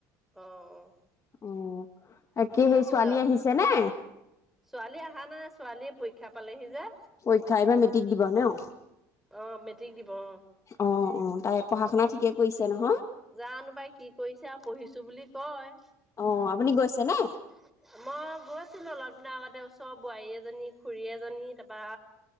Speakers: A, in the centre; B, on the left.
A: অ', অ'।
B: অ', বাকি
A: তাৰপিছত
B: হেৰি ছোৱালী আহিছেনে?
A: ছোৱালী অহা নাই, ছোৱালীৰ পৰীক্ষা পালেহি যে!
B: পৰীক্ষা, এইবাৰ মেট্ৰিক দিব ন?
A: অ', মেট্ৰিক দিব অ'।
B: অ', অ', তাই পঢ়া-শুনা ঠিকে কৰিছে নহয়।
A: জানোঁ পাই, কি কৰিছে আৰু পঢ়িছোঁ বুলি কয়।
B: অ', আপুনি গৈছেনে?
A: হয়। মই গৈছিলোঁ অলপ দিনৰ আগতে, ওচৰৰ বোৱাৰী এজনী, খুৰী এজনী তাৰপা